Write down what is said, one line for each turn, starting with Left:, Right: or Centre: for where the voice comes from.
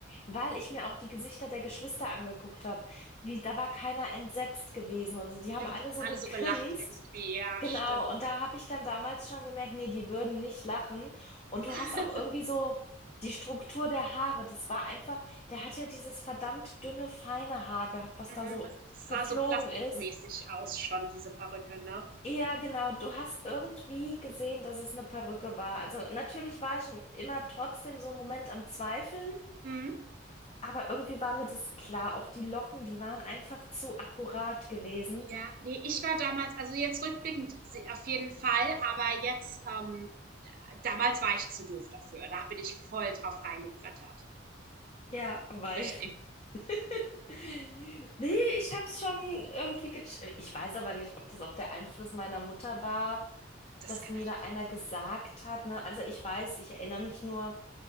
Left: weil ich mir auch die Gesichter der Geschwister angeguckt habe. Wie, da war keiner entsetzt gewesen oder so. Die
Right: Stimmt,
Left: haben alle
Right: die
Left: so
Right: haben alle
Left: gegrinst.
Right: so gelacht irgendwie. Ja,
Left: Genau,
Right: stimmt.
Left: und da habe ich dann damals schon gemerkt, nee, die würden nicht lachen. Und du
Right: <laughs>
Left: hast auch irgendwie so die Struktur der Haare. Das war einfach, der hat ja dieses verdammt dünne, feine Haar gehabt, was
Right: Mhm,
Left: da so
Right: und das
Left: geflogen
Right: sah so plastikmäßig
Left: ist.
Right: aus schon, diese Perücke, ne?
Left: Ja, genau. Du hast irgendwie gesehen, dass es eine Perücke war. Also natürlich war ich immer trotzdem so einen Moment am Zweifeln,
Right: Mhm.
Left: aber irgendwie war mir das klar. Auch die Locken, die waren einfach zu akkurat gewesen.
Right: Ja, nee, ich war damals also jetzt rückblickend se auf jeden Fall, aber jetzt ähm, damals war ich zu doof dafür. Da bin ich voll drauf reingebrettert.
Left: Ja, weil.
Right: So richtig.
Left: <laughs> Nee, ich hab's schon irgendwie
Right: <laughs>
Left: gecheckt. Ich weiß aber nicht, ob das auch der Einfluss meiner Mutter war,
Right: Das
Left: dass
Right: kann
Left: mir
Right: natürlich
Left: da einer
Right: auch
Left: gesagt
Right: sein.
Left: hat, ne? Also ich weiß, ich erinnere mich nur